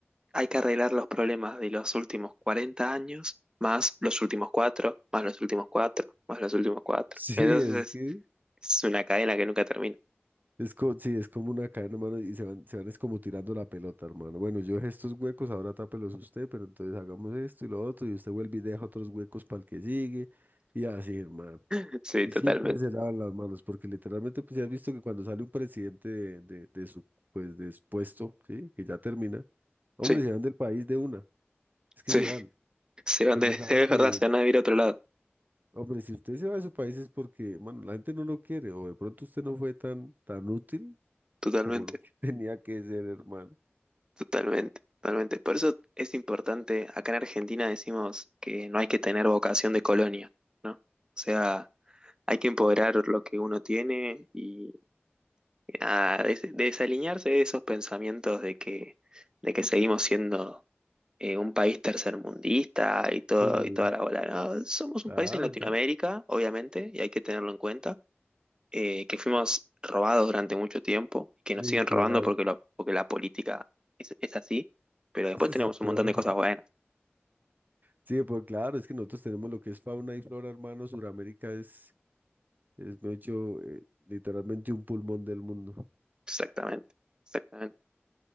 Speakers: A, on the right (about 20°); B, on the right (about 45°).
A: hay que arreglar los problemas de los últimos 40 años, más los últimos cuatro, más los últimos cuatro, más los últimos cuatro.
B: Sí,
A: Entonces,
B: es
A: es
B: que
A: es una cadena que nunca termina.
B: Es co- sí, es como una cadena, hermano, y se van, se van es como tirando la pelota, hermano. Bueno, yo dejé estos huecos, ahora tápelos usted, pero entonces hagamos esto y lo otro, y usted vuelve y deja otros huecos para el que sigue, y así, hermano.
A: <laughs> Sí,
B: Y
A: totalmente.
B: siempre se lavan las manos, porque literalmente, pues ya has visto que cuando sale un presidente de, de, de su, pues, de su puesto, ¿sí? Que ya termina, hombre,
A: Sí,
B: se van del país de una, es que
A: sí,
B: se
A: <laughs>
B: van,
A: se van
B: porque
A: de, <laughs> es
B: saben que,
A: verdad, se van a ir a otro lado,
B: hombre, si usted se va de su país es porque, bueno, la gente no lo quiere, o de pronto usted no fue tan, tan útil
A: totalmente,
B: como lo que <laughs> tenía que ser, hermano.
A: totalmente, totalmente. Por eso es importante, acá en Argentina decimos que no hay que tener vocación de colonia, ¿no? O sea, hay que empoderar lo que uno tiene y ah, des- desalinearse de esos pensamientos de que, de que seguimos siendo eh, un país tercermundista y todo,
B: Sí,
A: y toda la bola, ¿no? Somos
B: claro,
A: un país en Latinoamérica,
B: ya,
A: obviamente, y hay que tenerlo en cuenta eh, que fuimos robados durante mucho tiempo, que
B: literal.
A: nos siguen robando porque, lo- porque la política es, es así, pero después
B: <laughs>
A: tenemos
B: Eso es peor.
A: un montón de cosas buenas.
B: Sí, pues claro, es que nosotros tenemos lo que es fauna y flora, hermano. Suramérica es, es de hecho, eh, literalmente un pulmón del mundo.
A: Exactamente, exactamente.